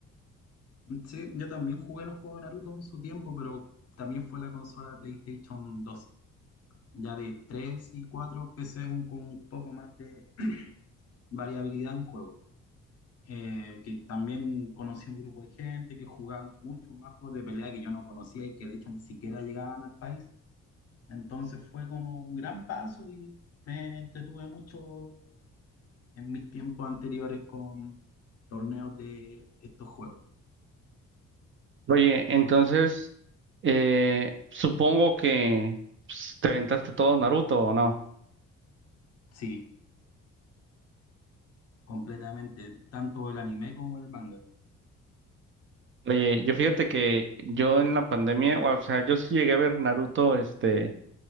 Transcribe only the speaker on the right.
Oye, entonces, eh, supongo que pues, te aventaste todo Naruto, ¿o no?
Oye, yo fíjate que yo en la pandemia, o sea, yo sí llegué a ver Naruto, este,